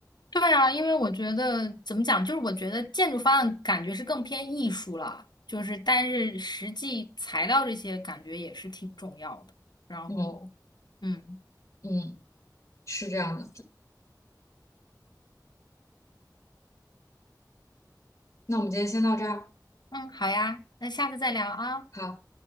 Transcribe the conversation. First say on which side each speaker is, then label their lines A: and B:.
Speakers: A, on the left; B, on the left.
A: 对啊，因为我觉得怎么讲，就是我觉得建筑方案感觉是更偏艺术了，就是但是实际材料这些感觉也是挺重要的。然后，
B: 嗯
A: 嗯
B: 嗯，是这样的。那我们今天先到这儿，
A: 嗯，好呀，那下次再聊啊。
B: 好。